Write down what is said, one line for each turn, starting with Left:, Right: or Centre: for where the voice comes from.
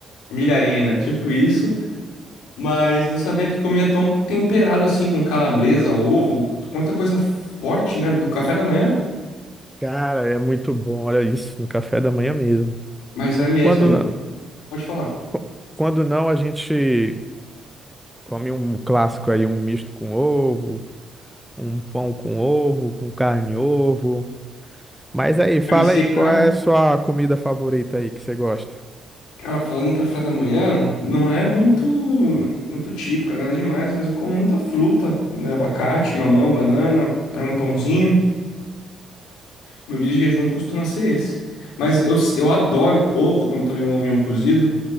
Left: milharina, tipo isso. Mas não sabia que comia tão temperado assim, com calabresa, ovo, quanta coisa forte, né? Do café da manhã.
Centre: Cara, é muito bom, olha isso, no café da manhã mesmo.
Left: Mas é mesmo.
Centre: Quando não,
Left: Pode falar.
Centre: qu- quando não, a gente come um clássico aí, um misto com ovo, um pão com ovo, com carne e ovo. Mas aí, fala
Left: Carne seca,
Centre: aí, qual
Left: né?
Centre: é a sua comida favorita aí que você gosta?
Left: Cara, falando em café da manhã, não é muito muito típico, nada demais, mas eu como muita fruta, né? Abacate, mamão, banana, aí um pãozinho. Meu dia de jejum costuma ser esse. Mas eu, eu adoro ovo, como também um ovinho cozido,